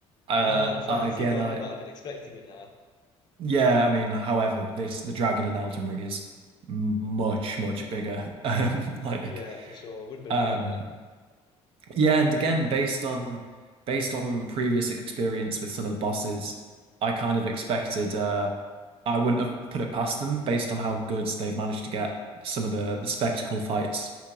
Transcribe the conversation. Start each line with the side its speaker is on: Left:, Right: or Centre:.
Right: uh,
Left: Ah, so
Right: I-
Left: I can
Right: again,
Left: see why
Right: I
Left: you might have been expecting it now.
Right: yeah, I mean, however, this the dragon in Elden Ring is much much bigger. <laughs> Um, like,
Left: Yeah, for sure. It would have been
Right: um,
Left: a nightmare.
Right: Yeah, and again, based on based on previous experience with some of the bosses, I kind of expected uh I wouldn't have put it past them based on how good they've managed to get some of the the spectacle fights.